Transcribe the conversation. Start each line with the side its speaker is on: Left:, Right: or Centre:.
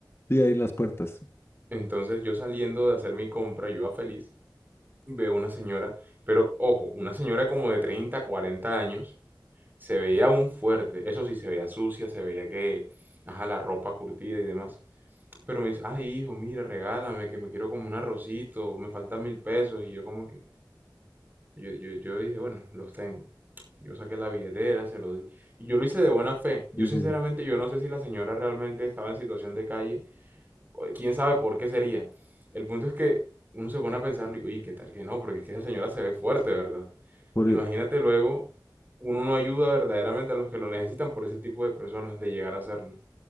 Left: sí, ahí en las puertas.
Right: Entonces yo saliendo de hacer mi compra, yo iba feliz, veo una señora, pero ojo, una señora como de 30 40 años, se veía aún fuerte, eso sí, se veía sucia, se veía que, ajá, la ropa curtida y demás. Pero me dice, ay, hijo, mira, regálame, que me quiero como un arrocito, me faltan mil pesos. Y yo como que, yo, yo, yo dije, bueno, los tengo. Yo saqué la billetera, se lo di. Y yo lo hice de buena fe. Yo
Left: Sí,
Right: sinceramente,
Left: sí.
Right: yo no sé si la señora realmente estaba en situación de calle. o Quién sabe por qué sería. El punto es que uno se pone a pensarlo y, uy, ¿qué tal que no? Porque es que esa señora se ve fuerte, ¿verdad?
Left: Por,
Right: Imagínate
Left: e-
Right: luego, uno no ayuda verdaderamente a los que lo necesitan por ese tipo de personas de llegar a hacerlo.